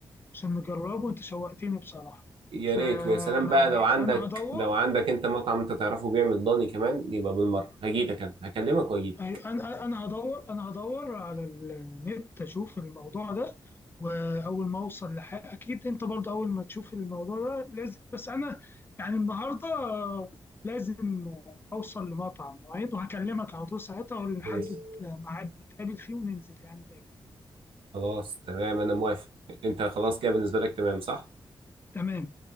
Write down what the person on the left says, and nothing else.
عشان نجربه أنت شوقتني بصراحة
فأنا
فأنا هدور
أي- انا انا هدور انا هدور على النت اشوف الموضوع ده واول ما اوصل لحاجه اكيد انت برضه اول ما تشوف الموضوع ده لازم بس انا يعني النهارده آه، لازم اوصل لمطعم معين وهكلمك على طول ساعتها ونحدد
ميعاد نتقابل فيه وننزل يعني ناكل
تمام